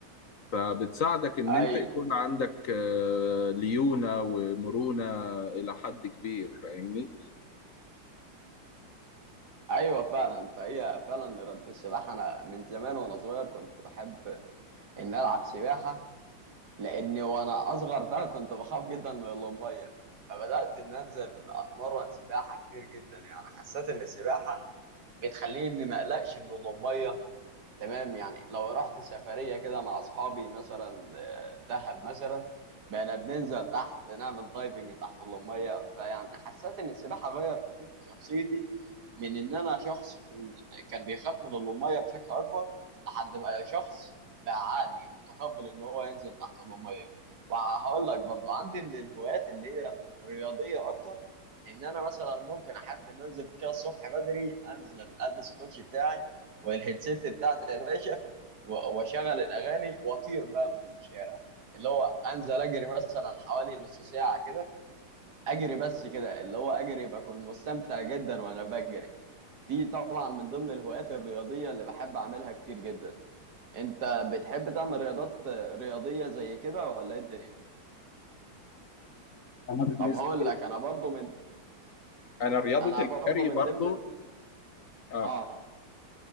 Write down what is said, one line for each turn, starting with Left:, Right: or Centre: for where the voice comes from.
Left: فبتساعدك إن
Right: أيوه
Left: أنت يكون عندك آه، ليونة ومرونة إلى حد كبير فاهمني؟
Right: أيوه فعلا فهي فعلا رب السباحة أنا من زمان وأنا صغير كنت بحب إن ألعب سباحة لأني وأنا أصغر بقى كنت بخاف جدا من المية فبدأت إن أنزل أتمرن سباحة كتير جدا يعني حسيت إن السباحة بتخليني إني ما أقلقش من المية تمام يعني لو رحت سفرية كده مع أصحابي مثلا آه، دهب مثلا بقينا بننزل تحت نعمل دايفنج تحت المية فيعني حسيت إن السباحة غير كتير في شخصيتي من إن أنا شخص كن- كان بيخاف من المية بشكل أكبر لحد بقى شخص بقى عادي متقبل إن هو ينزل تحت المية وهقول لك برضو عندي من الهوايات اللي هي رياضية أكتر إن أنا مثلا ممكن أحب إن أنزل كده الصبح بدري أنزل ألبس الكوتشي بتاعي والهيدسيت بتاعتي يا باشا و- واشغل الاغاني واطير بقى في الشارع اللي هو انزل اجري مثلا حوالي نص ساعه كده اجري بس كده اللي هو اجري بكون مستمتع جدا وانا بجري دي طبعا من ضمن الهوايات الرياضيه اللي بحب اعملها كتير جدا انت بتحب تعمل رياضات رياضيه زي كده ولا ايه الدنيا
Left: أنا بالنسبة
Right: طب هقول
Left: لي
Right: لك انا برضو من
Left: أنا رياضة
Right: انا برضو
Left: الجري
Right: من
Left: برضو
Right: ضمن
Left: آه
Right: اه